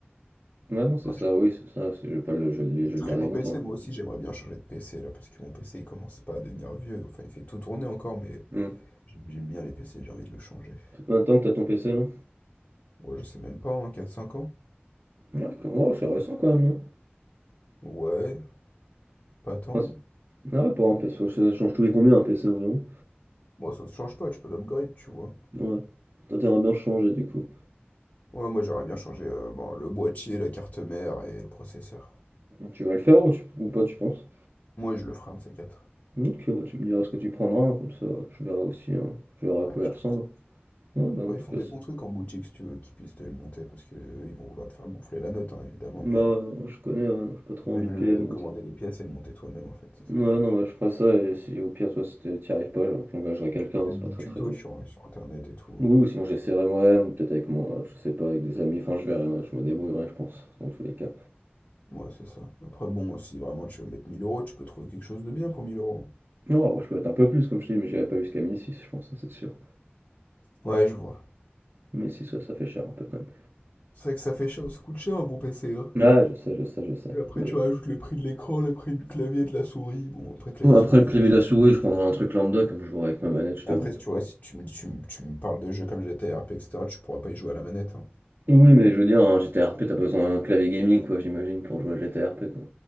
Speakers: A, on the right (about 60°); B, on the left (about 50°).
A: Ouais, non, c'est
B: Après,
A: ça,
B: j'ai
A: oui, c'est ça. c'est- Je vais pas le, je vais le
B: des
A: je
B: très
A: vais le garder
B: beaux
A: longtemps.
B: PC. Moi aussi, j'aimerais bien changer de PC, là, parce que mon PC, il commence pas à devenir vieux. Enfin, il fait tout tourner encore, mais
A: Hmm.
B: j'aime j'aime bien les PC, j'ai envie de le changer.
A: Ça fait combien de temps que t'as ton PC, là?
B: Ouais, je sais même pas, en 4-5 ans?
A: Ouais, quand- oh, c'est récent quand même, non?
B: Ouais, pas tant.
A: Ah, c'est- ah ouais, pour un PC, ça change tous les combien, un PC environ?
B: Moi, ça se change pas, tu peux l'upgrade, tu vois.
A: Ouais. Toi, t'aimerais bien le changer, du coup.
B: Ouais, moi, j'aimerais bien changer euh, bon, le boîtier, la carte mère et le processeur.
A: Tu vas le faire ou, tu, ou pas, tu penses?
B: Moi, je le ferai un de ces quatre.
A: Ok, bah, tu me diras ce que tu prendras, hein, comme ça, je verrai aussi, hein, je verrai à
B: Ouais,
A: quoi
B: je
A: il ressemble.
B: te
A: Ouais, bah,
B: Après,
A: en tout
B: ils font
A: cas,
B: des bons trucs en boutique, si tu veux, qu'ils puissent te les monter, parce que eux, ils vont vouloir te faire gonfler la note, hein, évidemment,
A: Bah,
B: mais
A: ouais, non, je connais, ouais, non, j'ai pas trop
B: il vaut
A: envie de
B: mieux
A: payer
B: le-
A: le
B: euh,
A: montant.
B: commander les pièces et le monter toi-même, en fait, c'est
A: Ouais,
B: ça le truc.
A: non, ouais, je ferais ça, et si au pire, toi, si t'y t'y arrives pas, j'en- j'engagerai quelqu'un,
B: Il
A: c'est
B: y a Même
A: pas
B: des
A: très
B: tutos
A: très grave.
B: sur, euh, sur Internet et tout.
A: Oui,
B: hein.
A: ou sinon j'essaierai moi-même, peut-être avec moi, je sais pas, avec des amis, enfin je verrai, ouais, je me débrouillerai, je pense, dans tous les cas.
B: Ouais, c'est ça. Après, bon, si vraiment tu veux mettre 1000 euros, tu peux trouver quelque chose de bien pour 1000 euros.
A: Non, ouais, je peux mettre un peu plus, comme je dis, mais j'irai pas jusqu'à 1006, je pense, ça, c'est sûr.
B: Ouais, je vois.
A: 1006, ouais, ça fait cher un peu quand même.
B: C'est vrai que ça fait cher, ça coûte cher un bon PC, hein.
A: Ouais, je sais, je sais, je sais.
B: Puis Après,
A: Mais
B: tu rajoutes le prix de l'écran, le prix du clavier, de la souris. Bon, après, clavier-souris,
A: bon après le clavier
B: euh, si
A: de la
B: tu
A: souris,
B: peux pas.
A: je prendrai un truc lambda, comme je jouerai avec ma manette, je t'avoue.
B: Après, si tu vois, si tu me, tu, me- tu me parles de jeux comme GTA RP, etc., tu pourras pas y jouer à la manette, hein.
A: Oui, mais je veux dire, un GTRP, t'as pas besoin d'un clavier gaming, quoi, j'imagine, pour jouer à GTRP, quoi.